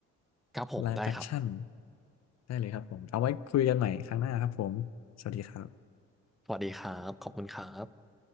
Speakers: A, in the centre; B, on the left.
A: ครับผมได้ครับ
B: ไลฟ์แ Action ได้เลยครับผมเอาไว้คุยกันใหม่ครั้งหน้าครับผมสวัสดีครับ
A: สวัสดีครับขอบคุณครับ